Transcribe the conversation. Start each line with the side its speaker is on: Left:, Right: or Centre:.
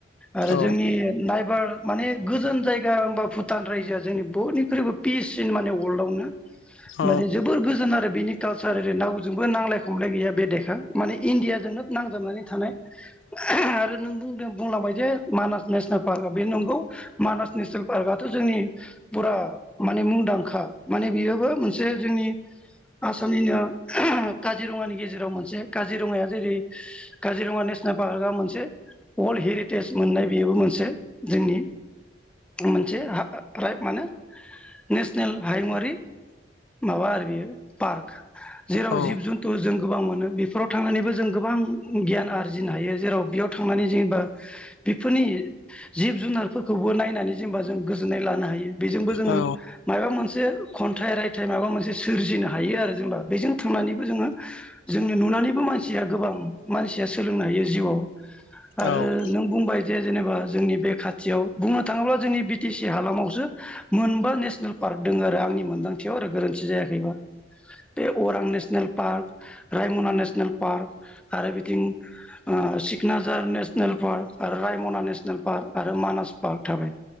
Centre: आरो
Left: औ
Centre: जोंनि नायबार माने गोजोन जायगा होनबा भुटान रायजोआ जोंनि बयनिख्रुइबो पिससिन माने <unintelligible> माने
Left: औ
Centre: जोबोर गोजोन आरो बेनि कालसार रावजोंबो नांलाय खमलाय गैया बे देखा माने इण्डियाजोंनो नांजाबनानै थानाय <unintelligible> आरो नों बुंदों बुंलांबाय जे मानास नेसनेल पार्कआ बे नंगौ मानास नेसनेल पार्कआथ' जोंनि फुरा माने मुंदांखा माने बेयोबो मोनसे जोंनि आसामनिनो <unintelligible> काजिरङानि गेजेराव मोनसे काजिरङाया जेरै काजिरङा नेसनेल पार्कआ मोनसे वर्ल्ड हेरिटेज मोननाय बेयोबो मोनसे जोंनि मोनसे राइ माने नेसनेल हायुङारि माबा आरो बेयो पार्क जेराव
Left: औ
Centre: जिब जुन्थु जों गोबां मोनो। बे बे फोराव थांनानैबो जों गोबां गियान आरजिनो हायो जेराव बेयाव थांनानै जेनेबा बेफोरनि जिब जुनारफोरखौबो नायनानै जेनेबा जों गोजोननाय लानो हायो बेजोंबो जोङो
Left: औ
Centre: मायबा मोनसे एसे खन्थाइ रायथाइ माबा मोनसे सोरजिनो हायो आरो जेनबा बेजों थांनानैबो जोङो जोंनि नुनानैबो मानसिया गोबां मानसिया सोलोंनो हायो जिउआव, आरो
Left: औ
Centre: नों बुंबाय जे जेनेबा जोंनि बे खाथियाव बुंनो थाङोब्ला जोंनि बि टि सि हालामावसो मोनबा नेसनेल पार्क दों आरो आंनि मोनदांथियाव आरो गोरोन्थि जायाखैबा। बे अरां नेसनेल पार्क रायमना नेसनेल नेसनेल पार्क आरो बिथिं सिकनाझार नेसनेल पार्क आरो रायमना नेसनेल पार्क आरो मानास, थाबाय